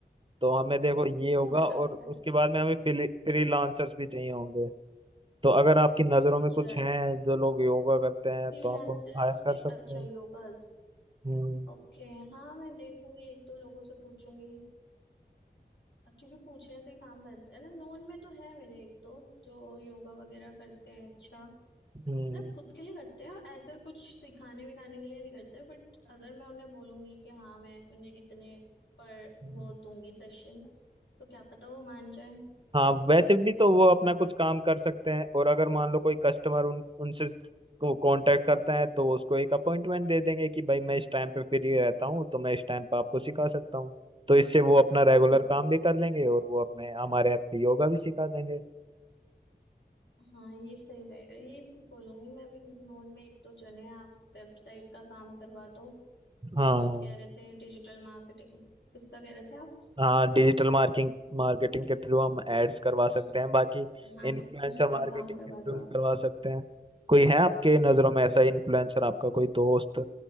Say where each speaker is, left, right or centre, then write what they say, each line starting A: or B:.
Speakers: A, on the right; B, on the left.
A: तो हमें देखो ये होगा
B: और फिर
A: और
B: आपका है।
A: उसके बाद में हमें फ्रीलांसर्स भी चाहिए होंगे तो अगर आपकी नजरों
B: अच्छा
A: में कुछ हैं जो लोग योगा करते हैं
B: फ्रीलांसर्स
A: तो आप उनको हायर कर
B: के
A: सकते
B: अच्छा
A: हैं
B: योगास
A: हम्म
B: ओके हाँ मैं देखूंगी एक दो लोगों से पूछूंगी क्योंकि पूछने से ही काम बनता है ना नोन में तो है मेरे एक दो जो योगा वगैरह करते हैं अच्छा
A: हम्म
B: मतलब खुद के लिए करते हैं ऐसे कुछ सिखाने विखाने के लिए नहीं करते बट अगर मैं उन्हें बोलूंगी कि हाँ मैं उन्हें इतने पर
A: हम्म।
B: वो दूंगी सेशन तो क्या पता वो मान जाए
A: हाँ वैसे भी तो वो अपना कुछ काम कर सकते हैं और अगर मान लो कोई कस्टमर उन उनसे कांटेक्ट करता है तो उसको एक अपॉइंटमेंट दे देंगे कि भाई मैं इस टाइम पे फ्री रहता हूँ तो मैं इस टाइम पे आपको सिखा सकता हूँ तो इससे वो अपना रेगुलर
B: हाँ हाँ
A: काम भी कर लेंगे और वो अपने हमारे ऐप पे योगा भी सिखा देंगे
B: हाँ, ये सही रहेगा ये बोलूंगी मैं अभी नोन में एक दो जने हैं, आप वेबसाइट का काम करवा दो
A: हाँ
B: जो आप कह रहे थे डिजिटल मार्केटिंग किसका कह रहे थे आप
A: हाँ डिजिटल मार्किंग मार्केटिंग के थ्रू हम एड्स
B: हाँ
A: करवा सकते हैं बाकी
B: हाँ
A: इन्फ्लुएंसर
B: उसका
A: मार्केटिंग
B: काम करवा
A: के थ्रू
B: दो
A: भी
B: आप
A: करवा सकते हैं कोई है आपके नज़रों में ऐसा इन्फ्लुएंसर आपका कोई दोस्त